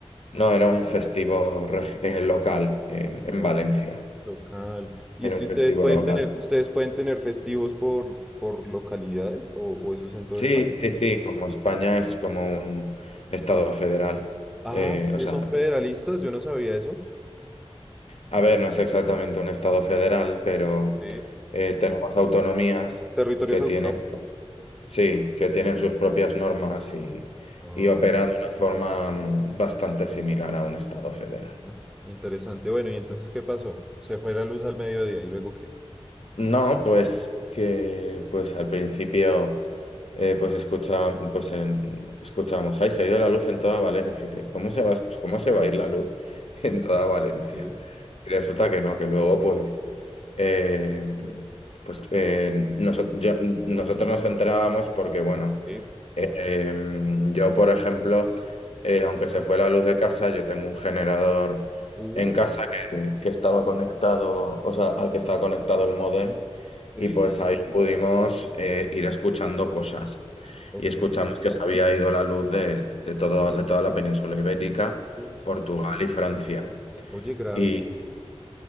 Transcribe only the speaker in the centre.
no?
Local. Y
es que
ustedes
pueden
tener, ustedes pueden tener festivos por, por localidades o, o eso es en todo
el país.
Ah,
No. ustedes
son federalistas, yo no sabía eso.
Sí.
Territorios
autónomos.
Ah,
ya. Interesante. Bueno, ¿y entonces qué pasó? Se fue la luz al mediodía y luego qué?
Sí,
sí.
Mm.
Uh,
sí,
ok.
Uh,
Oye, gravísimo.